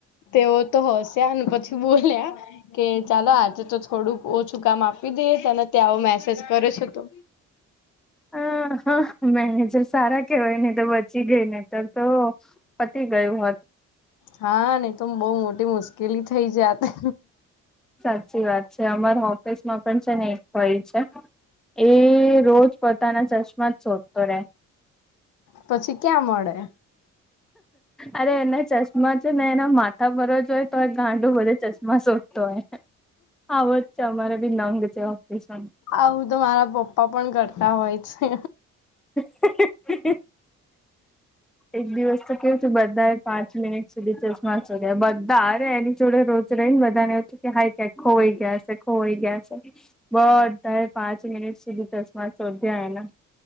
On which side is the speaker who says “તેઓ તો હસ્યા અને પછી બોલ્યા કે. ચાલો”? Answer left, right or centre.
Left